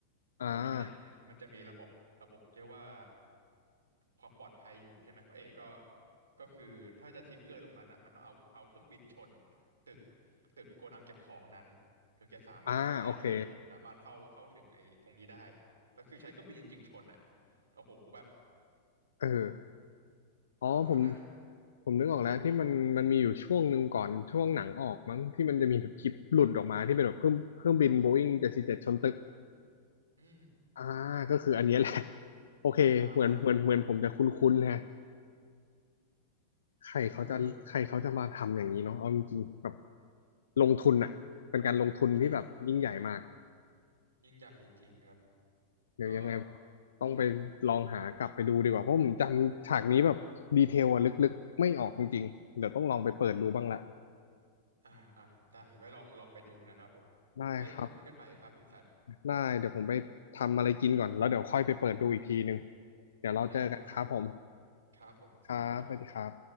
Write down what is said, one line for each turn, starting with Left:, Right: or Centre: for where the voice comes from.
Left: อ่า
Right: ทีนี้เนี่ยมันมันจะมีระบบระบบเรียกว่าความปลอดภัยอยู่ใช่ไหมพระเอกก็ก็คือถ้าจะทริกเกอร์ตรงนั้นอ่ะมันต้องเอาเอาเครื่องบินชนตึกตึกโกดังเก็บของนั้นถึงจะสามารถทำให้พระเอกเนี่ยสามารถเข้าเข้าถึงไอ้ตรงนี้ได้
Left: อ่าโอเค
Right: แล้วคือใช้เครื่องบินจริงๆชนอ่ะโอ้โหแบบ
Left: เออ
Right: โหดมากนะ
Left: อ๋อผมผมนึกออกแล้วที่มันมันมีอยู่ช่วงหนึ่งก่อนช่วงหนังออกมั้งที่มันจะมีแบบคลิปหลุดออกมาที่เป็นแบบเครื่องเครื่องบินโบอิ้งเจ็ดสี่เจ็ดชนตึก
Right: อืม
Left: อ่าก็คืออันเนี้ยแหละโอเคเหมือนเหมือนเหมือนผมจะคุ้นๆฮะ
Right: บ้ามาก
Left: ใครเขาจะใครเขาจะมาทำอย่างนี้เนาะเอาจริงๆแบบ
Right: เออ
Left: ลงทุนอะเป็นการลงทุนที่แบบยิ่งใหญ่มาก
Right: ใช่ยิ่งใหญ่จริงๆครับ
Left: เดี๋ยวยังไง
Right: ก็
Left: ต้องไปลองหากลับไปดูดีกว่าเพราะผมจำฉากนี้แบบดีเทลอะลึกๆไม่ออกจริงๆเดี๋ยวต้องลองไปเปิดดูบ้างละ
Right: อ่าอ่าได้ไว้ลองลองไปดูนะครับผมไว้ไว้คุยกันใหม่ครับคุณซัน
Left: ได้ครับได้เดี๋ยวผมไปทำอะไรกินก่อนแล้วเดี๋ยวค่อยไปเปิดดูอีกทีหนึ่งเดี๋ยวเราเจอกันครับผม
Right: ได้ครับครับผมสวัสดีครับ
Left: ครับสวัสดีครับ